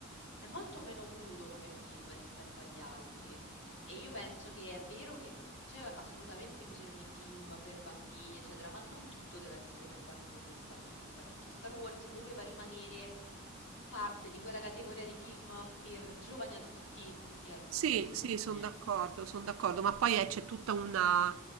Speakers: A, on the left; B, on the right.
A: è molto meno crudo come film rispetto agli altri e io penso che è vero che c'è assolutamente bisogno di film per bambini, eccetera, ma non tutto deve essere per bambini o per famiglie, capito? Star Wars doveva rimanere parte di quella categoria di film per giovani adulti e adulti,
B: Sì,
A: secondo
B: sì, sono
A: me.
B: d'accordo, sono d'accordo, ma poi eh, c'è tutta una,